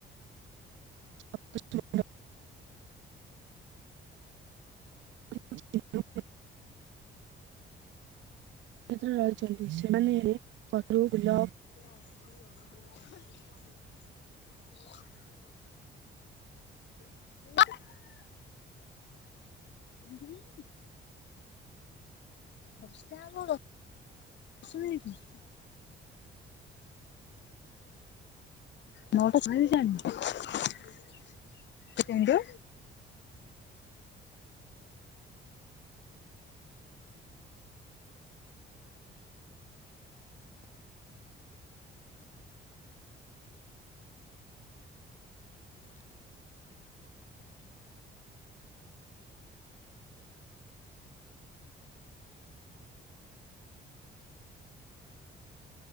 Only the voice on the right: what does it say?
<unintelligible> <unintelligible> ନକ୍ଷତ୍ର ରହିଛନ୍ତି, ସେମାନେ ପଦୁ ବିଲ